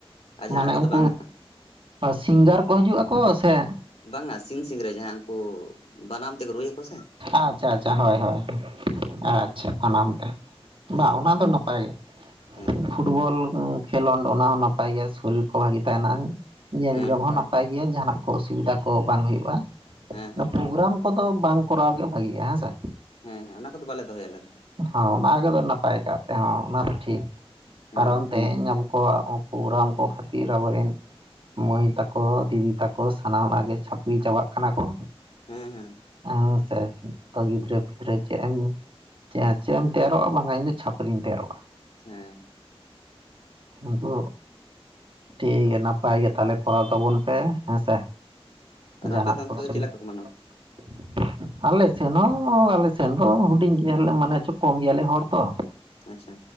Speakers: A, on the left; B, on the right.
A: ᱟᱨ ᱡᱟᱦᱟᱱᱟᱜ
B: ᱢᱟᱱᱮ
A: ᱠᱚᱫᱚ
B: ᱩᱱᱠᱩ
A: ᱵᱟᱝᱟ
B: ᱥᱤᱝᱜᱟᱨ ᱠᱚ ᱦᱤᱡᱩᱜ ᱟᱠᱚ ᱥᱮ-
A: ᱵᱟᱝᱟ ᱥᱤᱧ ᱥᱤᱝᱨᱟᱹᱭ ᱡᱟᱦᱟᱸᱭ ᱩᱱᱠᱩ ᱵᱟᱱᱟᱢ ᱛᱮᱠᱚ ᱨᱩᱭᱟ ᱠᱚ ᱥᱮ᱾
B: ᱟᱪᱪᱷᱟ ᱟᱪᱪᱷᱟ ᱦᱳᱭ ᱦᱳᱭ
A: ᱦᱮᱸ
B: ᱟᱪᱪᱷᱟ ᱵᱟᱱᱟᱢ ᱛᱮ᱾
A: ᱦᱮᱸ
B: ᱵᱟᱝ ᱚᱱᱟ ᱫᱚ ᱱᱟᱯᱟᱭ ᱜᱮ
A: ᱦᱮᱸ
B: ᱯᱷᱩᱴᱵᱚᱞ- ᱯᱷᱩᱴᱵᱚᱞ ᱦᱚᱸ ᱠᱷᱮᱞᱳᱰ ᱚᱱᱟ ᱦᱚᱸ ᱱᱟᱯᱟᱭ ᱜᱮᱭᱟ ᱥᱚᱨᱤᱨ ᱠᱚ ᱵᱷᱟᱜᱮ ᱛᱟᱦᱮᱱᱟ᱾ ᱧᱮᱞ
A: ᱦᱮᱸ
B: ᱡᱚᱝ
A: ᱦᱮᱸ
B: ᱦᱚᱸ ᱱᱟᱯᱟᱭ ᱜᱮᱭᱟ ᱡᱟᱦᱟᱱᱟᱜ- ᱚᱥᱩᱵᱤᱫᱷᱟ ᱠᱚ ᱵᱟᱝ ᱦᱩᱭᱩᱜ-ᱟ᱾
A: ᱦᱮᱸ
B: ᱚᱱᱟ
A: ᱦᱮᱸ
B: ᱯᱨᱳᱜᱨᱟᱢ ᱠᱚᱫᱚ ᱵᱟᱝ ᱠᱚᱨᱟᱣ ᱜᱮ ᱵᱷᱟᱜᱤᱜ-ᱟ ᱦᱮᱸ ᱥᱮ᱾
A: ᱦᱮᱸ ᱦᱮᱸ ᱚᱱᱟ ᱠᱚᱫᱚ ᱵᱟᱞᱮ ᱫᱚᱦᱚᱭᱟ ᱟᱞᱮ ᱫᱚ᱾
B: ᱦᱚᱸ ᱚᱱᱟ ᱠᱚᱫᱚ ᱱᱟᱯᱟᱭ ᱠᱟᱜ ᱛᱮ ᱦᱚᱸ ᱚᱱᱟ ᱫᱚ ᱴᱷᱤᱠ
A: ᱦᱮᱸ
B: ᱠᱟᱨᱚᱱ
A: ᱦᱮᱸ
B: ᱛᱮᱦᱮᱧ ᱟᱵᱚ- ᱠᱚᱣᱟᱜ ᱦᱚᱸ ᱯᱨᱳᱜᱨᱟᱢ ᱠᱚ ᱠᱷᱟᱹᱛᱤᱨ ᱟᱵᱚᱨᱮᱱ- ᱢᱟᱹᱭ ᱛᱟᱠᱚ ᱫᱤᱫᱤ ᱛᱟᱠᱚ ᱥᱟᱱᱟᱢᱟᱜ ᱜᱮ ᱪᱷᱟᱹᱯᱨᱤ ᱪᱟᱵᱟᱜ ᱠᱟᱱᱟ ᱠᱚ᱾
A: ᱦᱮᱸ ᱦᱮᱸ
B: ᱦᱮᱸ ᱥᱮ ᱡᱚᱛᱚ
A: ᱦᱩᱸ
B: ᱜᱤ- ᱜᱤᱫᱽᱨᱟᱹ ᱪᱮᱫ ᱮᱢ ᱪᱮᱫ ᱮᱢ ᱛᱮᱭᱟᱨᱚᱜ-ᱟ ᱵᱟᱝᱠᱷᱟᱱ ᱤᱧ ᱫᱚ ᱪᱷᱟᱹᱯᱨᱤᱧ ᱛᱮᱭᱟᱨᱚᱜ-ᱟ᱾
A: ᱦᱮᱸ᱾
B: ᱟᱵᱚ᱾ ᱴᱷᱤᱠ ᱜᱮᱭᱟ ᱱᱟᱯᱟᱭ ᱜᱮ ᱛᱟᱦᱞᱮ ᱠᱚᱨᱟᱣ ᱛᱟᱵᱚᱱ ᱯᱮ᱾ ᱦᱮᱸ ᱥᱮ
A: ᱟᱨ
B: ᱡᱟᱦᱟᱱᱟᱜ
A: ᱟᱯᱮ ᱫᱚ
B: ᱠᱚᱥᱴᱚ
A: ᱚᱱᱛᱮ ᱫᱚ ᱪᱮᱫ
B: ᱡᱚᱫᱤ
A: ᱞᱮᱠᱟ
B: <unintelligible>
A: ᱠᱚ ᱢᱟᱱᱟᱣᱟ
B: ᱟᱞᱮ ᱥᱮᱱ ᱦᱚᱸ- ᱚ ᱟᱞᱮ ᱥᱮᱱ ᱫᱚ ᱦᱩᱰᱤᱧ ᱜᱮᱭᱟᱞᱮ ᱢᱟᱱᱮ ᱪᱚ ᱠᱚᱢ ᱜᱮᱭᱟᱞᱮ ᱦᱚᱲ ᱛᱚ᱾
A: ᱟᱪᱪᱷᱟ᱾